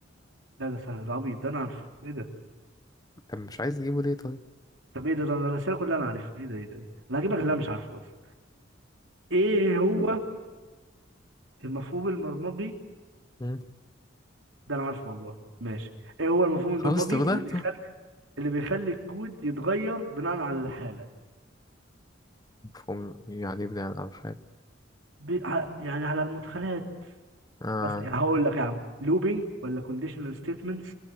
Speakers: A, on the right (about 80°); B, on the left (about 20°).
A: لا ده سهل ده عبيط ده انا عارفه ايه ده
B: طب مش عايز تجيبه ليه طيب
A: طب ايه ده ده انا الاسئله كلها انا عارفها ايه ده ايه ده إيه ده؟ انا هجيبك اللي انا مش عارفه بس ايه هو المفهوم البرمجي
B: مم.
A: ده انا عارفه والله ماشي ايه هو المفهوم البرمجي
B: خلاص طب ده
A: اللي بيخلي اللي بيخلي الكود يتغير بناء على الحاله
B: مفهوم يعني ابني عن الحاجة
A: بي... ع- يعني على المدخلات
B: اه
A: مثلا يعني هقول لك يا عم لوبينج ولا كونديشنال ستيتمنتس